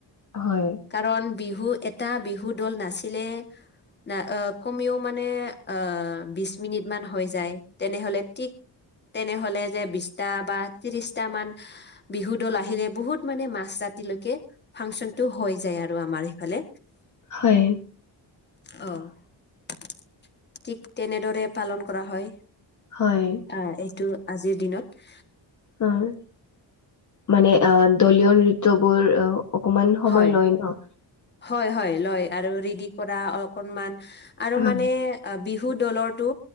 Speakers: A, on the left (about 40°); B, on the left (about 25°).
A: হয়।
B: কাৰণ বিহু এটা বিহু দল নাছিলে না অ' ক'মেও মানে অ' বিছ মিনিটমান হৈ যায় তেনেহ'লে তিক তেনেহ'লে যে বিছটা বা ত্ৰিৰিছটা মান বিহু দল আহিলে বহুত মানে মাছ ৰাতিলৈকে ফাংচনটো হৈ যায় আৰু আমাৰ এইফালে।
A: হয়।
B: অ' তিক তেনেদৰে পালন কৰা হয়।
A: হয়।
B: আ, এইটো আজিৰ দিনত
A: অ'মানে আহ, দলীয় নৃত্যবোৰ অ' অকমান সময়
B: হয়
A: লয় ন'
B: হয়, হয়, লয় আৰু ৰেডি কৰা অ' অকনমান
A: হয়
B: আৰু মানে আ বিহু দলৰটো